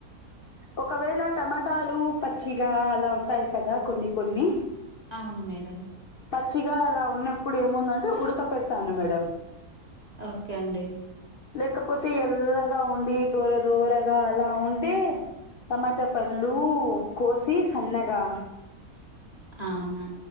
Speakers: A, on the left; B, on the right.
A: ఒకవేళ టమాటాలు పచ్చిగా అలా ఉంటాయి కదా కొన్ని కొన్ని
B: అవును మేడం
A: పచ్చిగా అలా ఉన్నప్పుడు ఏముందంటే ఉడక పెడతాను మేడం.
B: ఓకే అండి.
A: లేకపోతే ఎర్రగా ఉండి, దోర దోరగా అలా ఉంటే టమాట పళ్ళు కోసి సన్నగా
B: అవునా